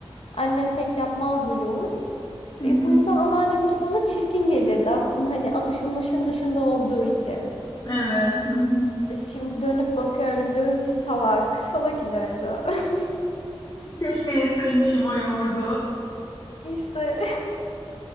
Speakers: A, on the left; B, on the left.
A: Annem pek yapmazdı yoğurt.
B: Hı
A: Ve
B: hı.
A: bu yüzden anneanneminki bana çirkin gelirdi aslında hani alışılmışın dışında olduğu için.
B: Evet. Hı hı.
A: Şimdi dönüp bakıyorum diyorum ki salak. Salak İlayda. <laughs>
B: Keşke yeseymişim o yoğurdu.
A: İşte